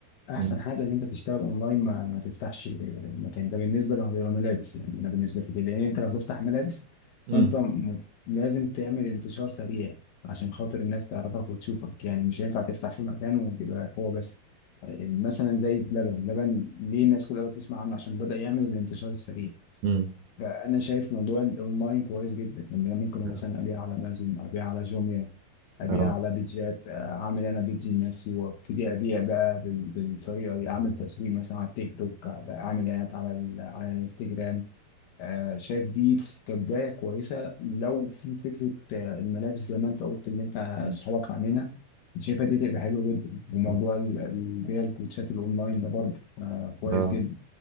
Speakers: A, on the left; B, on the right.
A: احسن
B: امم
A: حاجه ان انت تشتغل اونلاين ما, ما تفتحش مكان ده بالنسبه لو لو ملابس يعني انا بالنسبه لي كده لان انت لو تفتح ملابس
B: امم
A: فانت م- لازم تعمل انتشار سريع عشان خاطر الناس تعرفك وتشوفك يعني مش هينفع تفتح في مكان وتبقى هو بس مثلا زي بلبن لبن ليه الناس كلها بتسمع عنه عشان بدأ يعمل الانتشار السريع
B: امم
A: فانا شايف موضوع الاونلاين كويس جدا ان انا ممكن
B: اه
A: مثلا ابيع على امازون ابيع على جوميا ابيع
B: آه.
A: على بيدجات اعمل انا بيدج لنفسي وابتدي ابيع بقى بال- بالطريقه دي اعمل تسويق مثلا على التيك توك على- اعمل اعلانات على ال- على الانستجرام آه، شايف دي ف- كبدايه كويسه لو في فكره آه، الملابس زي ما انت قلت اللي انت
B: مم.
A: اصحابك عاملينها شايفها دي تبقى حلوه جدا وموضوع
B: مم.
A: ال- البيع الكوتشات الاونلاين ده برضه آه، كويس
B: اه
A: جدا